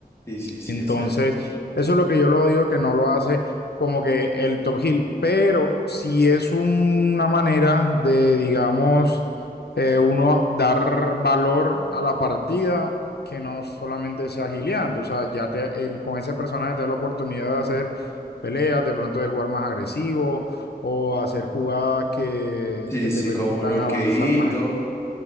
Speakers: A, on the left; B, on the left.
A: Sí, sí, sí,
B: Entonces,
A: es cierto.
B: eso es lo que yo lo digo que no lo hace como que el top heel, pero si es una manera de, digamos, eh, uno dar valor a la partida que no solamente sea gileando, o sea, ya te, el- con ese personaje te da la oportunidad de hacer peleas, de pronto de jugar más agresivo o hacer jugadas que,
A: Sí,
B: que te
A: sí,
B: permitan
A: como Lurkeito.
B: avanzar más